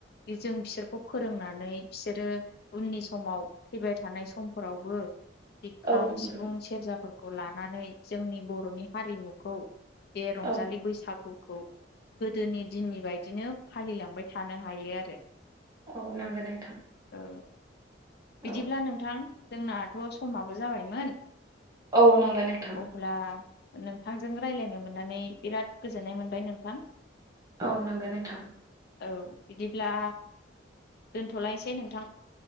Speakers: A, on the left (about 60°); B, on the right (about 20°).
A: जों बिसोरखौ फोरोंनानै बिसोरो उननि समाव फैबाय थानाय समफोरावबो बि खाम
B: औ नंगौ
A: सिफुं सेरजाफोरखौ लानानै जोंनि बर'नि हारिमुखौ बे रंजालि
B: औ
A: बैसागुखौ गोदोनि दिननि बायदिनो फालिलांबाय थानो हायो आरो
B: औ नोंगौ नोंथां
A: औ बिदिब्ला
B: औ
A: नोंथां जोंनाथ' समाबो जाबायमोन
B: औ नोंगौ नोंथां
A: अब्ला नोंथांजों रायज्लायनो मोननानै बिराद गोजोननाय मोनबाय नोंथां
B: औ नंगो नोंथां
A: औ बिदिब्ला दोनथ'लायसै नोंथां